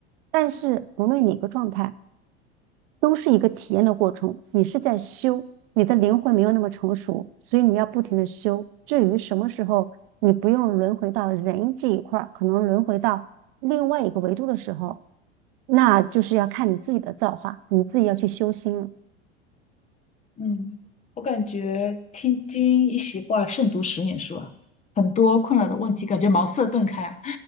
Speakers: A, on the right; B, on the left.
A: 但是无论哪个状态。都是一个体验的过程。你是在修，你的灵魂没有那么成熟，所以你要不停的修。至于什么时候你不用轮回到人这一块可能轮回到另外一个维度的时候，那就是要看你自己的造化，你自己要去修心了。
B: 嗯，我感觉听君一席话，胜读十年书啊，很多困扰的问题感觉茅塞顿开啊。